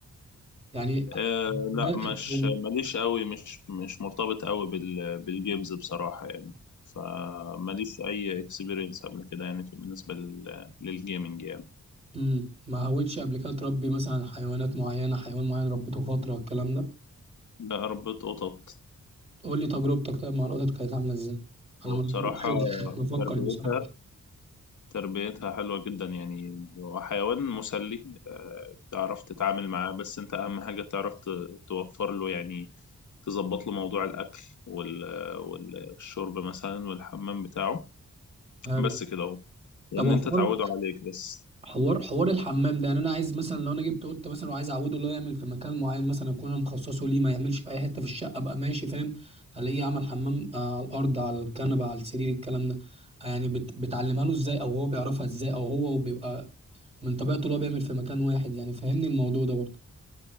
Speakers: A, on the right; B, on the left.
A: يعني
B: أه
A: <laughs>
B: لا مش
A: هواياتك
B: ماليش قوي مش مش مرتبط قوي بال بالجيمز بصراحة يعني فماليش أي اكسبيرينس قبل كده يعني في- بالنسبة لل للجيمنج يعني
A: امم ما هويتش قبل كده تربي مثلا حيوانات معينه حيوان معين ربيته فتره والكلام ده
B: بقى ربيت قطط
A: قول لي تجربتك طيب مع القطط كانت عامله ازاي انا
B: وبصراحة
A: ما ربيتش قطط كنت بفكر
B: تربيتها
A: بصراحه
B: تربيتها حلوة جدا يعني وحيوان مسلي أه تعرف تتعامل معاه بس أنت أهم حاجة تعرف ت- توفر له يعني تظبط له موضوع الأكل وال والشرب مثلا والحمام بتاعه
A: هل
B: بس كده اهو وان
A: طب
B: انت
A: حوار
B: تعوده عليك بس
A: حوار حوار الحمام ده يعني انا عايز مثلا لو انا جبت قطه مثلا وعايز اعوده اللي هو يعمل في مكان معين مثلا اكون انا مخصصه ليه ما يعملش في اي حته في الشقه ابقى ماشي فاهم الاقيه عمل حمام آه، على الارض على الكنبه على السرير الكلام ده آه، يعني بت... بتعلمها له ازاي او هو بيعرفها ازاي او هو بيبقى من طبيعته اللي هو بيعمل في مكان واحد يعني فهمني الموضوع ده برضه